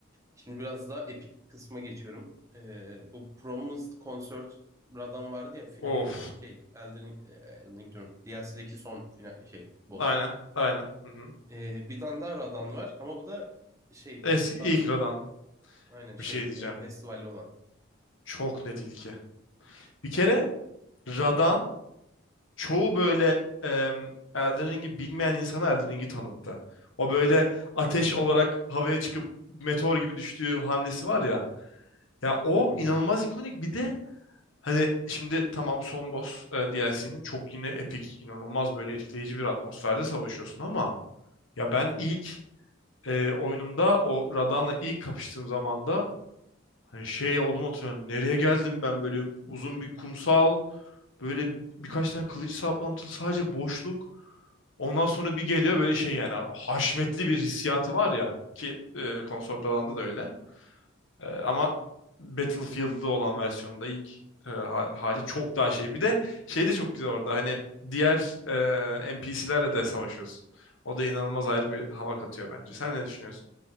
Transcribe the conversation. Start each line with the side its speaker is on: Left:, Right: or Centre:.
Right: Şimdi biraz daha epik kısma geçiyorum. Ee, bu Promised Concert Radan vardı ya finalin
Left: Of.
Right: şey Elden, Ring- e, Elden Ring diyorum. DLC'deki son final şey boss.
Left: Aynen. Aynen. Hı hı.
Right: Ee, bir tane daha Radan var ama bu da şey
Left: Eski
Right: bu Star
Left: ilk Radan
Right: Aynen şey
Left: bir şey diyeceğim.
Right: e, festivalli olan.
Left: Çok net ilki. Bir kere Radan çoğu böyle em, Elden Ring'i bilmeyen insana Elden Ring'i tanıttı. O böyle ateş olarak havaya çıkıp meteor gibi düştüğü hamlesi var ya. Ya o
Right: Hı
Left: inanılmaz
Right: hı.
Left: ikonik. Bir de hani şimdi tamam son boss e, DLC'nin çok yine epik, inanılmaz böyle etkileyici bir atmosferde savaşıyorsun ama ya ben ilk e, oyunumda o Radahn'la ilk kapıştığım zamanda hani şey oldum oturuyorum. Nereye geldim ben böyle
Right: <laughs>
Left: uzun bir kumsal, böyle birkaç tane kılıç saplantılı sadece boşluk. Ondan sonra bir geliyor böyle şey yani haşmetli bir hissiyatı var ya ki e, Consort Alan'da da öyle. E, ama Battlefield'lı olan versiyonda ilk e, ha- hali çok daha şey. Bir de şey de çok güzel orada hani diğer e, NPC'lerle de savaşıyorsun. O da inanılmaz ayrı bir hava katıyor bence. Sen ne düşünüyorsun?